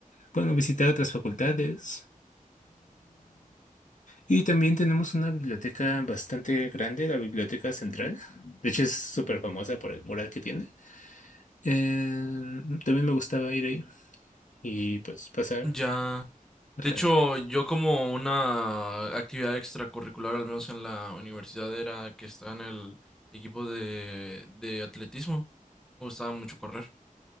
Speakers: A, on the left; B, in the centre.
A: bueno, visitar otras facultades. Y también tenemos una biblioteca bastante grande, la Biblioteca Central. De hecho, es súper famosa por el mural que tiene. Eh, también me gustaba ir ahí y pues pasar
B: Ya.
A: el
B: De
A: rato.
B: hecho, yo como una actividad extracurricular, al menos en la universidad, era que estaba en el equipo de, de atletismo. Me gustaba mucho correr.